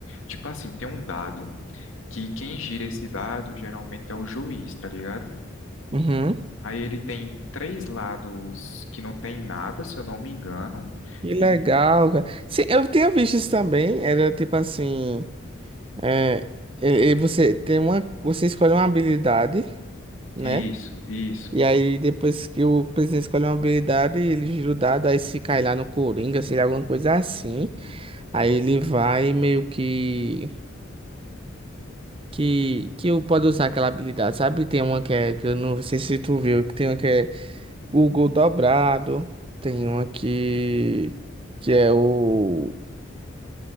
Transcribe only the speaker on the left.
tipo assim, tem um dado que quem gira esse dado geralmente é o juiz, tá ligado?
Aí ele tem três lados que não tem nada, se eu não me engano.
E
isso, isso.